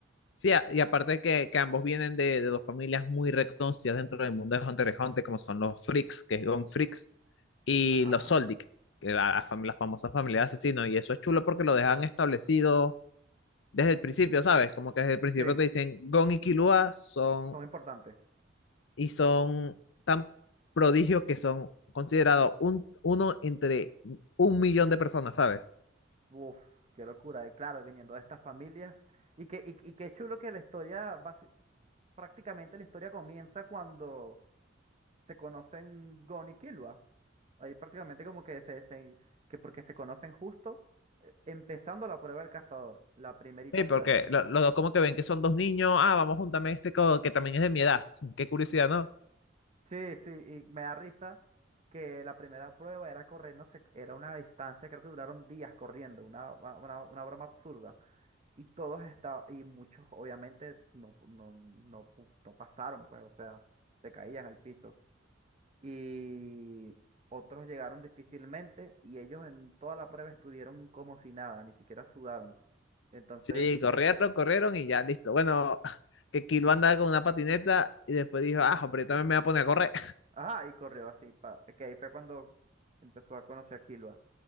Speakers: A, on the left (about 65°); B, on the right (about 35°).
A: Sí, a- y aparte que, que ambos vienen de, de dos familias muy reconocidas dentro del mundo de Hunter x Hunter, como son los Freaks, que es Gon Freaks, y
B: Ajá.
A: los Soldic, que la, la fam- la famosa familia de asesinos. Y eso es chulo porque lo dejan establecido desde el principio, ¿sabes? Como que desde el principio
B: Sí,
A: te dicen, Gon y Killua son,
B: son importantes.
A: y son tan prodigios que son considerados un, uno entre un millón de personas, ¿sabes?
B: Uf, qué locura. Y claro, viniendo de estas familias. Y que y, y qué chulo que la historia, basi- prácticamente la historia comienza cuando se conocen Gon y Killua. Ahí prácticamente como que se, se- que porque se conocen justo eh, empezando la prueba del cazador, la primerita
A: Sí, porque
B: prueba.
A: lo- los dos como que ven que son dos niños, ah, vamos, júntame este co- que también es de mi edad. <laughs> Qué curiosidad, ¿no?
B: Sí, sí, y me da risa que la primera prueba era correr, no sé, era una distancia, creo que duraron días corriendo, una, una, una broma absurda. Y todos estaban, y muchos obviamente no, no, no, pus- no pasaron, pues, o sea, se caían al piso. y otros llegaron difícilmente y ellos en toda la prueba estuvieron como si nada, ni siquiera sudaron. Entonces,
A: Sí, corrieron,
B: na-
A: corrieron y ya, listo. Bueno, <laughs> que Kilo andaba con una patineta y después dijo, ah, pero yo también me voy a poner a correr. <laughs>
B: ajá, y corrió así, pa, que ahí fue cuando empezó a conocer a Killua,